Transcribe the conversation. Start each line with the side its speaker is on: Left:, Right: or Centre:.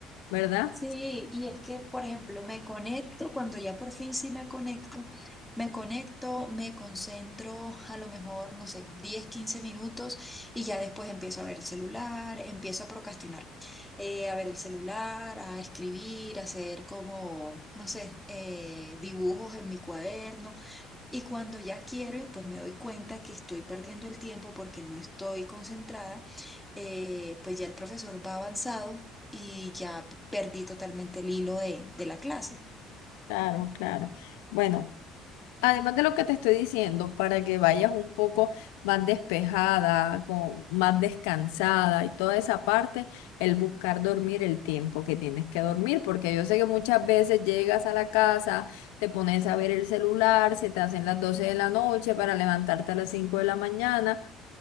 Left: ¿verdad?
Centre: Sí, y es que, por ejemplo, me conecto, cuando ya por fin sí me conecto, me conecto, me concentro a lo mejor, no sé, 10, 15 minutos y ya después empiezo a ver el celular, empiezo a procrastinar, eh, a ver el celular, a escribir, a hacer como, no sé, eh, dibujos en mi cuaderno y cuando ya quiero, pues me doy cuenta que estoy perdiendo el tiempo porque no estoy concentrada, eh, pues ya el profesor va avanzado y ya perdí totalmente el hilo de, de la clase.
Left: Claro, claro. Bueno. Además de lo que te estoy diciendo, para que vayas un poco más despejada, con, más descansada y toda esa parte, el buscar dormir el tiempo que tienes que dormir, porque yo sé que muchas veces llegas a la casa, te pones a ver el celular, se te hacen las 12 de la noche para levantarte a las 5 de la mañana,